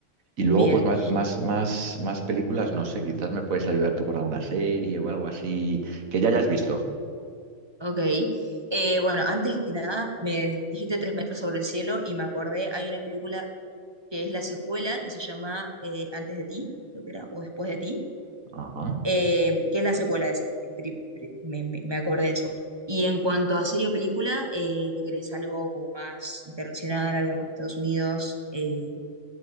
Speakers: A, on the right (about 80°); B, on the right (about 20°).
A: Y
B: bien,
A: luego, pues más, más, más, más películas, no sé, quizás me puedes ayudar tú con alguna serie o algo así que ya hayas visto.
B: ok. Eh, bueno, antes que nada, me dijiste Tres metros sobre el cielo y me acordé, hay una película que es la secuela, que se llama eh, Antes de ti, creo que era, o Después de ti,
A: Ajá.
B: eh, que es la secuela de esa. Pri- pri- Me, me- me acordé de eso. Y en cuanto a serie o película, eh, ¿qué querés? Algo como más internacional, algo más Estados Unidos, eh,